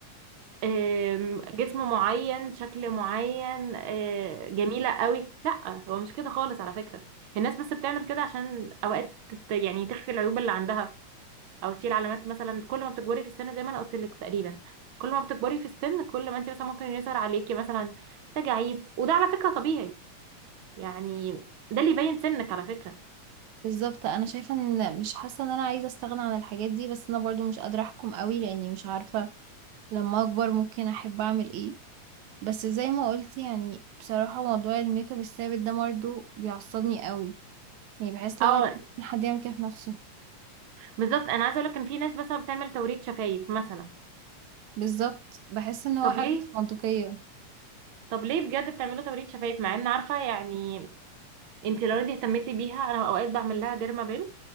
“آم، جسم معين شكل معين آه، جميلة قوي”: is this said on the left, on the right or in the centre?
Right